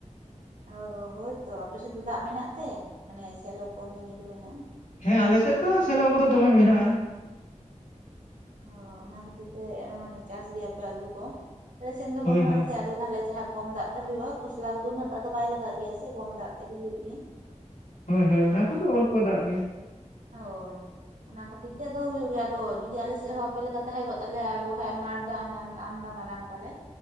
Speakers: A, on the right; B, on the left.
A: ᱚ ᱦᱚᱭ ᱛᱚ ᱟᱯᱮ ᱥᱮᱫ ᱫᱚ ᱫᱟᱜ ᱢᱮᱱᱟᱜ ᱛᱮ ᱢᱟᱱᱮ ᱥᱮᱞᱚ ᱠᱚ ᱢᱤᱱᱤ ᱠᱚ ᱢᱮᱱᱟᱜᱼᱟ
B: ᱦᱮᱸ ᱟᱞᱮ ᱥᱮᱫ ᱫᱚ ᱥᱮᱞᱚ ᱠᱚᱫᱚ ᱫᱚᱢᱮ ᱢᱮᱱᱟᱜᱼᱟ
A: ᱚ ᱚᱱᱟ ᱠᱷᱟᱹᱛᱤᱨ ᱛᱮ ᱢᱟᱱᱮ ᱪᱟᱥ ᱜᱮᱭᱟ ᱯᱮ ᱟᱞᱩ ᱠᱚ ᱟᱞᱮ ᱥᱮᱱ ᱫᱚ
B: ᱦᱳᱭ
A: ᱵᱟᱹᱱᱩᱜ
B: ᱦᱳᱭ
A: ᱟᱥᱮ ᱟᱞᱮ ᱛᱟᱦᱮ ᱡᱟᱦᱟᱸ ᱠᱚᱢ ᱫᱟᱜ ᱛᱮ ᱦᱩᱭᱩᱜᱼᱟ ᱠᱷᱚᱥᱞᱟ ᱠᱚᱫᱚ ᱩᱱᱟᱹᱜ ᱫᱟᱜ ᱫᱚ ᱵᱟᱭ ᱞᱟᱜ ᱜᱮᱭᱟ ᱥᱮ ᱠᱚᱢ ᱫᱟᱜ ᱛᱮᱜᱮ ᱦᱩᱭᱩᱜ ᱜᱮᱭᱟ
B: ᱦᱳᱭ ᱦᱳᱭ ᱚᱱᱟ ᱠᱚᱫᱚ ᱚᱞᱯᱚ ᱫᱟᱜ ᱜᱮ
A: ᱦᱚᱭ ᱚᱱᱟ ᱠᱷᱟᱹᱛᱤᱨ ᱛᱮᱫ ᱫᱚ ᱦᱩᱭᱩᱜ ᱜᱮᱭᱟ ᱟᱫᱚ ᱡᱩᱫᱤ ᱟᱞᱮ ᱥᱮ ᱪᱮᱫ ᱦᱚᱸ ᱟᱯᱮ ᱞᱮᱠᱟ ᱛᱟᱦᱮᱸ ᱠᱚᱜ ᱛᱟᱞᱮᱭᱟ ᱟᱨ ᱵᱟᱝᱠᱷᱟᱱ <unintelligible> ᱟᱢᱫᱟ ᱢᱟᱨᱟᱝ ᱛᱟᱞᱮ